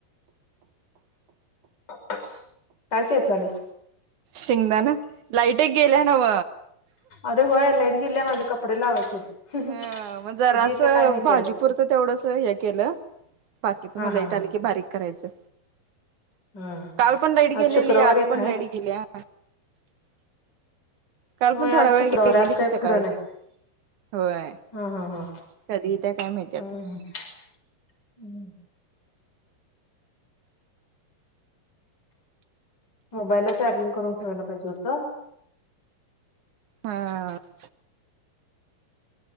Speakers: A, on the left; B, on the right.
A: काय चेचाल्यास.
B: शेंगदाण लाईटही गेल्या नव
A: अरे व्हय लाईट गेल्या माझी कपडे लावायची आहेत
B: हम्म मग जरासं
A: कधी येत्या काय माहिती
B: भाजीपुरतं
A: आज.
B: तेवढंस हे केलं. बाकीचं
A: हा
B: मग
A: हा
B: लाईट
A: हा
B: आली की बारीक करायचं.
A: हा
B: काल पण लाईट गेलेली
A: आज शुक्रवार
B: आहे आज
A: एक
B: पण
A: हाय
B: लाईट गेल्या काल
A: होय
B: पण थोडा
A: आज
B: वेळ
A: शुक्रवार
B: गेलेली
A: आय आज काय
B: की सकाळची
A: खरं नाही.
B: होय
A: हा हा हा
B: कधी त्या काय माहिती आता
A: हम् हम् मोबाईलला चार्जिंग करून ठेवायला पाहिजे होतं
B: हा